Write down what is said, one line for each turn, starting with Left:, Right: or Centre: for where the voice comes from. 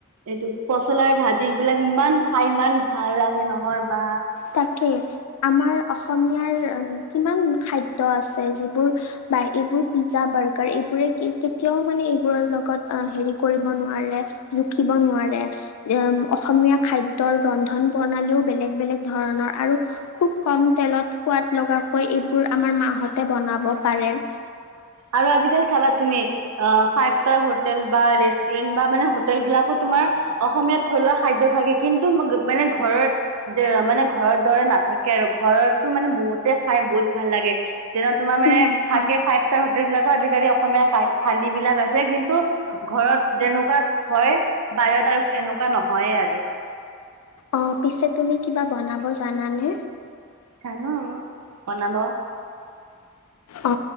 Right: এইটো পচলাৰ ভাজি এইবিলাক ইমান খাই ইমান ভাল লাগে নহয়। বা
Left: তাকে আমাৰ অসমীয়াৰ। কিমান খাদ্য আছে যিবোৰ বা এইবোৰ পিজ্জা বাৰ্গাৰ এইবোৰে কেতিয়া। মানে এইবোৰৰ লগত হেৰী কৰিব নোৱাৰে জোখিব নোৱাৰে অ অসমীয়া <unintelligible> খাদ্যৰ ৰন্ধন প্ৰণালীও বেলেগ বেলেগ? ধৰণৰ আৰু খুব কম তেলত সোৱাদ লগাকৈ এইবোৰ আমাৰ মাহতে বনাব পাৰে। এক
Right: আৰু আজিকালি চাবা তুমি ফাইভ ষ্টাৰ হোটেল বা ৰেষ্টুৰেন্ট বা মানে হোটেল বিলাকো? তোমাৰ অসমীয়াত থলুৱা খাদ্য থাকে কিন্তু মানে ঘৰত মানে ঘৰৰ দৰে নাথ। থাকে আৰু ঘৰতো মানে বহুতে খাই বহুত ভাল লাগে যেনে তোমাৰ মানে
Left: উম,
Right: থাকে
Left: হয়
Right: ফাই। বিলাকো আজিকালি অসমীয়া থালি বিলাক আছে কিন্তু ঘৰত যেনেকুৱা হয়। বাহিৰত আৰু এনেকুৱা নহয়েই আৰু।
Left: অঁ পিছে তুমি কিবা বনাব জানানে?
Right: জানো আৰু বনাব।
Left: অ